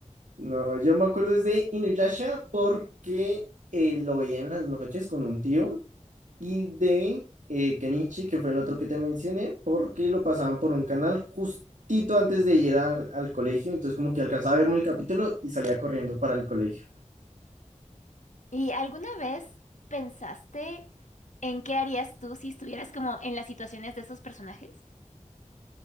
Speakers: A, on the right; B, on the left.
A: No, yo me acuerdo es de Inuyasha porque eh, lo veía en las noches con un tío y de eh, Kenichi, que fue el otro que te mencioné, porque lo pasaban por un canal justito antes de ir al, al colegio, entonces como que alcanzaba a verme el capítulo y salía corriendo para el colegio.
B: ¿Y alguna vez pensaste en qué harías tú si estuvieras como en las situaciones de esos personajes?